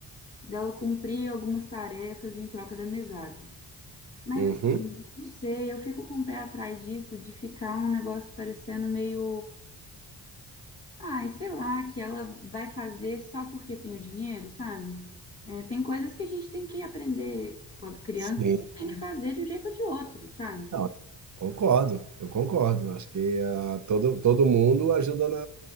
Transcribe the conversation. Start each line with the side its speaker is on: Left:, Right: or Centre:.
Left: dela cumprir algumas tarefas em troca da mesada. Mas
Right: Uhum.
Left: assim, não sei, eu fico com o pé atrás disso, de ficar um negócio parecendo meio, ai, sei lá, que ela vai fazer só porque tem o dinheiro, sabe? É, tem coisas que a gente tem que aprender quando criança
Right: Sim.
Left: que tem que fazer de um jeito ou de outro, sabe?
Right: Não, Concordo, eu concordo. Acho que ah, todo, todo mundo ajuda na,